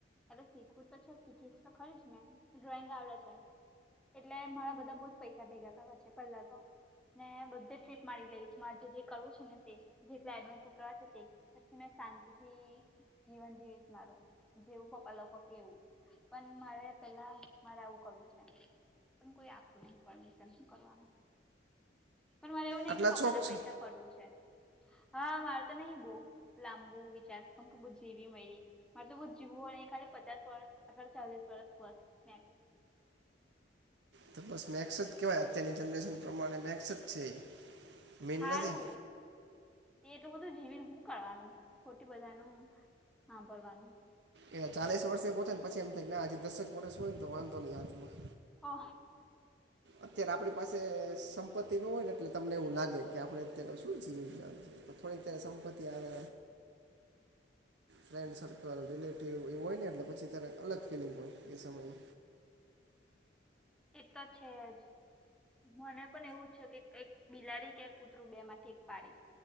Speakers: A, in the centre; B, on the right.
A: એટલે શીખવું તો છે શીખીશ તો ખરી જ મેં ડ્રોઈંગ આવડે છે એટલે મારા બધા બહુ જ પૈસા ભેગા કરવા છે પહેલા તો ને બધે ટ્રીપ મારી ગઈ છેું મા આજે જે છે ને જેડવેર કરવા તે પી મે શાંતિથી જીવન જીવીશ મારું જેવું પપ્પા લોકોગ કે એવું પણ મારે પેલા મારે આવું કરવું છે પણ કોઈ આપું નહી પરમિશન કરવાનું પણ મને એવું નહ
B: આટલા
A: કે પપ્પા
B: શોખ
A: ના
B: છે
A: પૈસા પડવું છે હા માર તો નહીિ બહ લાંબુ વિચાર કેમ કે બ જવી મારી મારે તો બઉુ જીવું હોય એ ખાલી પચાસ વર્ષ અઠર ચાલીસ વર્ષ બસ મે શાળા માકા છે
B: તો ચાલો આપણે બસ મેક્સ જ કહેવાય અત્યારની જનરેશન પ્રમાણે મેક્સ જ છે મેઇન
A: સારું
B: નથી
A: તારી મા કા તેટલું બધું જીવીને શું કરવાનું ખોટી બધા ન સાાંભરવાનું.
B: એ ચાલીસ વર્ષ પ પો ને પછ એમ થાય ના હ દસક વર્ષ હોય ને તો વાંધ નહી હાથમાં.
A: ઓ.
B: અત્યારે આપણી પાસે સંપત્તિ ન હોય ને એટલે તમને એવું લાગે કે આપડે અત્યારે શું જીવીન જ થોડીક ત્યારે સંપત્તિ આવે
A: <inaudible>
B: ફ્રેન્ડ સર્કલ રિલેટિવ એવું હોય ને એટલે પછી ત્યારે અલગ ફિલિંગ હોય એ સમયે
A: એ તો છે જ મને પણ એવું છે કે કઈક બિલાડી કે કૂતરું બે માંથી એક પડી